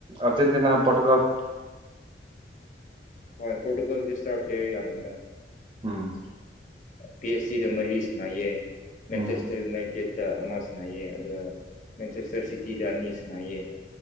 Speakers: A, on the right; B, on the left.
A: ꯑꯔꯖꯦꯟꯇꯤꯅꯥ ꯄꯣꯔꯇꯨꯒꯟ
B: ꯍꯣꯏ ꯄꯣꯔꯇꯨꯒꯜ ꯏꯁꯇꯥꯔ ꯄ꯭ꯂꯦꯔ ꯌꯥꯝꯃꯦꯗꯥ
A: ꯎꯝ
B: ꯄꯤ ꯑꯩꯆ ꯁꯤꯗ ꯃꯔꯤ ꯁꯥꯟꯅꯩꯌꯦ ꯃꯦꯟꯆꯦꯁꯇꯔ
A: ꯎꯝ
B: ꯌꯨꯅꯥꯏꯇꯦꯠ ꯇ ꯑꯃ ꯁꯅꯥꯏꯑꯌꯦ ꯑꯗꯨꯒ ꯃꯦꯟꯆꯦꯁꯇꯔ ꯁꯤꯇꯤꯗ ꯑꯅꯤꯁꯨ ꯁꯅꯥꯏꯑꯦ